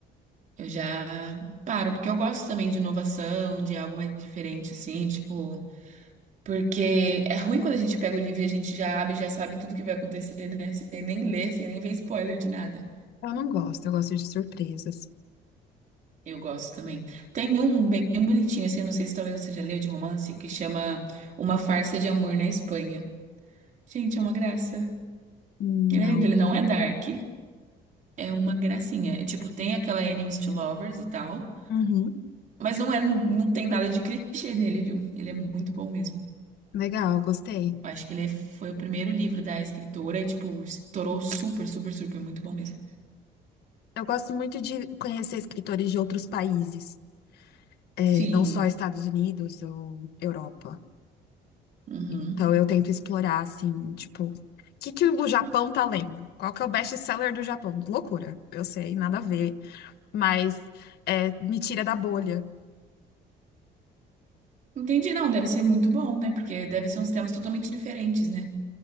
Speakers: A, on the right (about 50°); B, on the left (about 70°).
A: eu já paro, porque eu gosto também de inovação, de algo mais diferente, assim, tipo, porque é ruim quando a gente pega o livro e a gente já abre, já sabe tudo que vai acontecer, né? Sem nem ler, sem nem ver spoiler de nada.
B: Eu não gosto, eu gosto de surpresas.
A: Eu gosto também. Tem um bem bonitinho, assim, eu não sei se talvez você já leu de romance, que chama Uma Farsa de Amor na Espanha. Gente, é uma graça.
B: Não.
A: Ele é lindo, ele não é dark, é uma gracinha. É, Tipo, tem aquela enemies to lovers e tal,
B: Uhum.
A: mas não é, não tem nada de clichê nele, viu? Ele é muito bom mesmo.
B: Legal, gostei.
A: Eu Acho que ele é- foi o primeiro livro da escritora e, tipo, estourou super, super, super, muito bom mesmo.
B: Eu gosto muito de conhecer escritores de outros países, eh,
A: Sim.
B: não só Estados Unidos ou Europa.
A: Uhum.
B: Então eu tento explorar, assim, tipo, o que que o Japão tá lendo? Qual que é o best-seller do Japão? Loucura, eu sei, nada a ver, mas eh, me tira da bolha.
A: Entendi, não, deve ser muito bom, né? Porque deve ser uns temas totalmente diferentes, né?